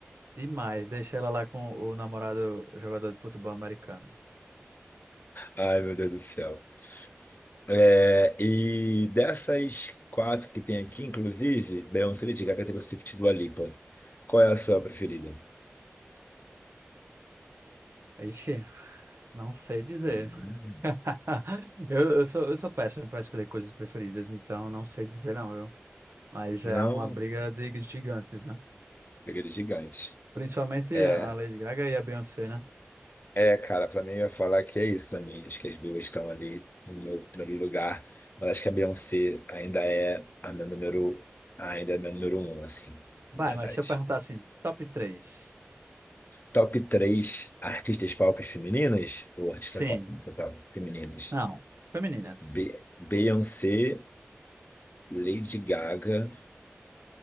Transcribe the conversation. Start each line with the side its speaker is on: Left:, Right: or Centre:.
Right: demais, deixa ela lá com o namorado o jogador de futebol americano.
Left: Ai, meu Deus do céu. É, e dessas quatro que tem aqui, inclusive, Beyoncé, Lady Gaga, Taylor Swift e Dua Lipa. Qual é a sua preferida?
Right: Ixi, não sei dizer.
Left: Hum.
Right: <laughs> Eu, eu sou, eu sou péssimo para escolher coisas preferidas, então não sei dizer não, eu. Mas
Left: Não?
Right: é uma briga de gigantes, né?
Left: Preferida gigante.
Right: Principalmente
Left: É,
Right: a Lady Gaga e a Beyoncé, né?
Left: é, cara, pra mim eu ia falar que é isso também. Acho que as duas estão ali no meu primeiro lugar. Mas acho que a Beyoncé ainda é a minha número, ainda é a minha número um, assim,
Right: Vai,
Left: de verdade.
Right: mas se eu perguntar assim, top três,
Left: Top 3 artistas pop femininas ou artistas
Right: Sim.
Left: pop no total femininas?
Right: Não. Femininas.
Left: Be Beyoncé. Lady Gaga